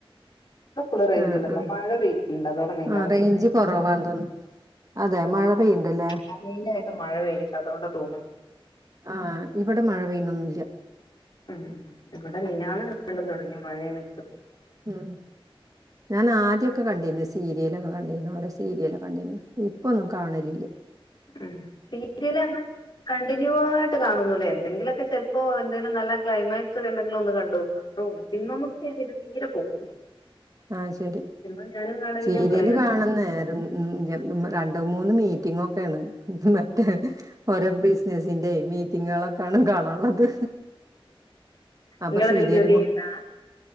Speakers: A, on the left; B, on the right.
A: ഇ ഫുള് റേഞ്ച്
B: ആഹ്
A: ഇടല്ല
B: ആഹ്
A: മഴ വെണ്ട് അതോടെ ഭൈകാരം
B: ആഹ് റേഞ്ച് കൊറവാന്ന് തോന്നുന്നു അതെ മഴ പെയ്യണ്ടല്ലേ
A: ആ കയിലായിട്ട് മഴ പെയ്യണ്ട അതുകൊണ്ട് തോന്നണം
B: ആഹ ഇവിടെ മഴ പെയ്യണൊന്നുംല്ല
A: ഉം തൊട്ട മിനനാന്ന് വണ്ടും തുടങ്ങിയ മഴേന്ന്
B: ഉം ഞാൻ ആദ്യൊക്കെ കണ്ടിന്ന സീരിയലൊക്കെ കണ്ടേന ഓരോ സീരിയലക്ക കണ്ടേനു ഇപ്പൊന്നും കാണലില്ലേ
A: ഉ സീരിയലണ് കണ്ടിന്യൂ ആയിട്ട് കാണുന്നുല്ലേ എന്തെങ്കിലുമൊക്കെ ചെ ഇപ്പോ എന്തങ്കിലും നല്ല ക്ലൈമാക്സോ എന്തെിലും ഒന്ന് കണ്ടുപോക്കാം അത്രള്ളൂ പിന്ന നക്കെ അത തീരെ പോക്കില്ല
B: ആഹ ശരി
A: സിനിമ ഞാനും കാണലില്ല
B: സീരിയല്
A: മക്കളെയും കാണിച്ചു
B: കാണുന്നായിരുന്ന്
A: കൊടുക്കലില്ല
B: രണ്ട മൂന്ന് മീറ്റിങ്ങ ഒക്കെയാണ് മറ്റേ ഓരോ ബിസിനസിന്റെ മീറ്റിങ്ങുകളൊക്കെയാണ് കാണാ ള്ളത് അപ്പൊ
A: നിങ്ങളെന്തേലും
B: സീരിയല
A: ജോലി ചെയ്യുന്നുണ്ടോ